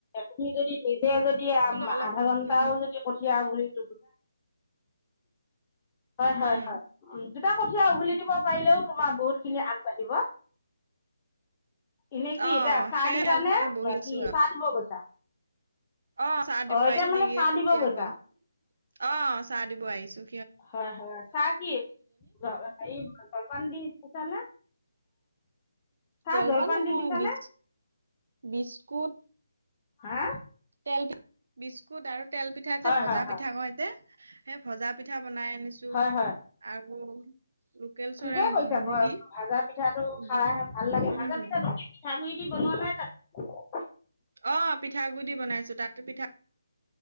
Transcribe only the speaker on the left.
তুমি যদি নিজে যদি
আধা ঘণ্টাও
যদি কঠিয়া গুৰি হয়, হয়,
হয় উ দুটা কঠিয়া উঘুলি দিব পাৰিলেও তোমাৰ বহুত খিনি আগবাঢ়িব এনে কি
এতিয়া চাহ
দিছা
নে
কি
চাহ দিব গৈছা
এতিয়া
মানে
চাহ
দিব গৈছা
হয়, হয় চাহ কি হেৰি জলপান দি দিছা নে চাহ
দি দিছানে
হা
হয়
হয় হয়
হয় হয়
ঠিকে
কৈছা
মই ভাজা পিঠাটো খাই
ভাল লাগে
ভাজা পিঠা পিঠাগুডৰি দি বনোৱা নাই জানো <unintelligible>